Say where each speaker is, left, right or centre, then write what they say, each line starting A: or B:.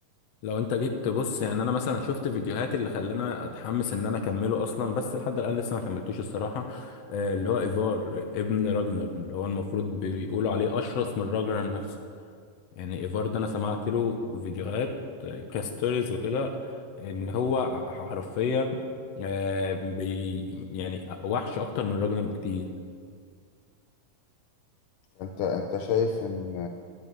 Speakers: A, on the left; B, on the left.
A: لو انت جيت تبص يعني انا مثلا شفت فيديوهات اللي خلاني اتحمس ان انا اكمله اصلا بس لحد الان لسه ما كملتوش الصراحه آه، اللي هو ايفار ابن راجنر اللي هو المفروض بيقولوا عليه اشرس من راجنر نفسه يعني ايفار ده انا سمعت له فيديوهات كاستوريز وكده ان هو حرفيا آه، بي يعني وحش اكتر من راجنر بكتير
B: انت انت شايف ان